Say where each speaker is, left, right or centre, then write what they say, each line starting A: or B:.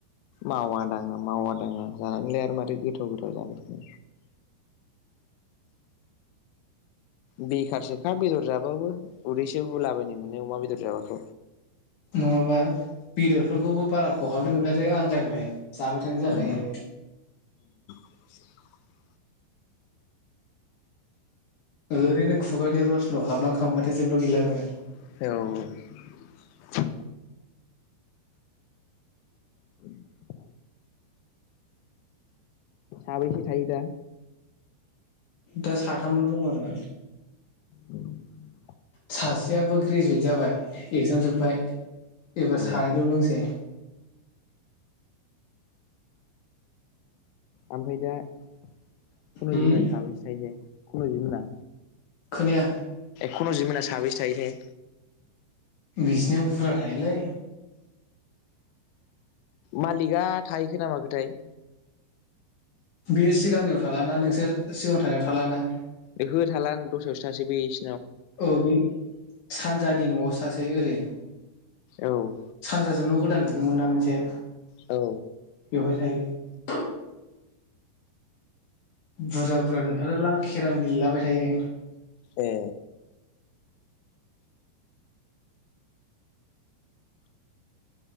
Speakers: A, on the left; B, on the left.
A: मावा दाङा मावा दाङा जानानैलाय आरो मादै गोथाव गोथाव जाबो बेखारसोखा बेदर जाबाबो उदैसो बुलाबायनाय मोनो अमा बेदर जाबाथ'
B: नङाबा बेदरफोरखौबो बारा खहाबनाय मोनलालै आं गायबाय। जाबाय थानाय जाखायो।
A: उम <inaudible>
B: ओरैनो खुगानि रसल' हाबलांखांबाथाय जेब्ला गैलाबो
A: औ <inaudible> साबैसि थायो दा
B: दा साथामल' दं आरो
A: औ
B: सासेयाबो ग्रेजुवेट जाबाय एगजाम जोब्बाय
A: उम
B: एबार सानैल' दंसै
A: ओमफ्राय दा खुनु
B: होम
A: जिमना साबैसे थायोथाय खुन' जिमना
B: खोनाया
A: खुनुजिममोना साबैसे थायोथायाय
B: बिसिनियाव बुरजा थायोलै
A: मालिकआ थाहैखो ना मा खोथाय
B: बियो सिगांनियाव थालाना नोंसोर सिगां थानायाव थालाना
A: बेखौ थाला दस्रायावसो तासै बिस
B: औ बे सानजानि न'आव सासे ओरै
A: औ
B: सानजाजों न गोदान नुना मोनसे
A: औ
B: बेवहाय थायो बुरजा बुरजा नुथारोलां खेरेम गेलेलाबाय थायो।
A: ए